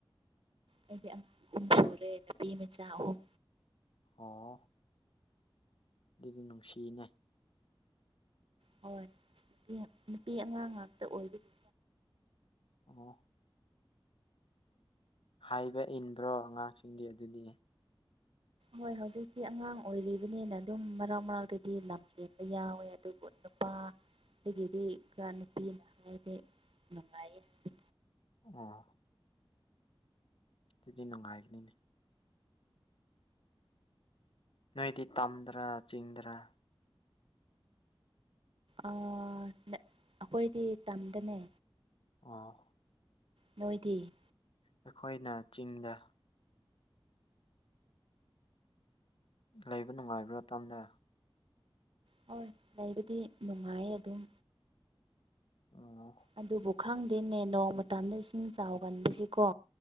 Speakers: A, on the right (about 70°); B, on the left (about 65°).
A: ꯑꯩꯗꯤ ꯑꯉꯥꯡ ꯑꯍꯨꯝ ꯁꯨꯔꯦ ꯅꯨꯄꯤ ꯃꯆꯥ ꯑꯍꯨꯝ
B: ꯑꯣ ꯑꯗꯨꯗꯤ ꯅꯨꯡꯁꯤꯌꯦꯅꯦ
A: ꯍꯣꯏ ꯅꯨꯄꯤ ꯑꯉꯥꯡ ꯉꯥꯛꯇ ꯑꯣꯏꯗꯅꯤ
B: ꯑꯣ ꯍꯥꯏꯕ ꯏꯟꯕ꯭ꯔꯣ ꯑꯉꯥꯡꯁꯤꯡꯗꯤ ꯑꯗꯨꯗꯤ
A: ꯍꯣꯏ ꯍꯧꯖꯤꯛꯇꯤ ꯑꯉꯥꯡ ꯑꯣꯏꯔꯤꯕꯅꯤꯅ ꯑꯗꯨꯝ ꯃꯔꯥꯎ ꯃꯔꯥꯛꯗꯗꯤ ꯂꯝ ꯍꯦꯟꯕ ꯌꯥꯎꯋꯦ ꯑꯗꯨꯕꯨ ꯑꯗꯨꯝ
B: <inaudible>
A: ꯑꯗꯒꯤꯗꯤ ꯈꯔ ꯅꯨꯄꯤꯅ ꯍꯥꯏꯁꯦ ꯅꯨꯡꯉꯥꯏꯌꯦ ꯍꯥꯏ
B: ꯑꯣ ꯑꯗꯨꯗꯤ ꯅꯨꯡꯉꯥꯏꯒꯅꯤꯅꯦ ꯅꯣꯏꯗꯤ ꯇꯝꯗꯔꯥ ꯆꯤꯡꯗꯔꯥ
A: ꯑꯩꯈꯣꯏꯗꯤ ꯇꯝꯗꯅꯦ
B: ꯑ
A: ꯅꯣꯏꯗꯤ
B: ꯑꯩꯈꯣꯏꯅ ꯆꯤꯡꯗ ꯂꯩꯕ ꯅꯨꯡꯉꯥꯏꯕ꯭ꯔꯥ ꯇꯝꯗ
A: ꯍꯣꯏ ꯂꯩꯕꯗꯤ ꯅꯨꯡꯉꯥꯏ ꯑꯗꯨꯝ
B: ꯎꯝ
A: ꯑꯗꯨꯕꯨ ꯈꯪꯗꯦꯅꯦ ꯅꯣꯡ ꯃꯇꯝꯗ ꯏꯁꯤꯡ ꯆꯥꯎꯒꯟꯕꯁꯤꯀꯣ